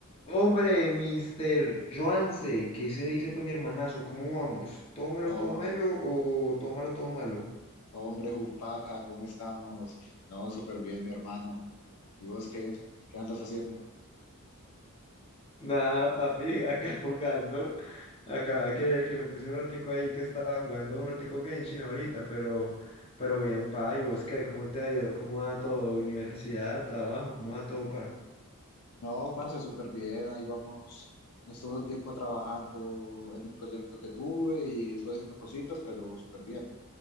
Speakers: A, on the left (about 25°); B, on the left (about 85°).
A: Hombre, mister Joanse, ¿qué se dice pues mi hermanazo? ¿Cómo vamos? ¿Tómelo,
B: Oh,
A: tómelo o tómalo, todo malo?
B: hombre, Jupaca, ¿cómo estamos? No, súper bien, mi hermano. ¿Y vos qué? ¿Qué andas haciendo?
A: Nada, papi, acá <laughs> jugando. Acá que, que me puse un ratico ahí que estaba jugando un ratico Genshin ahorita, pero, pero bien, pa. ¿Y vos qué? ¿Cómo te ha ido? ¿Cómo va todo? Universidad, trabajo, ¿cómo va todo, pa?
B: No, parce, súper bien, ahí vamos. Estuve un tiempo trabajando en un proyecto que tuve y estuve haciendo cositas, pero súper bien.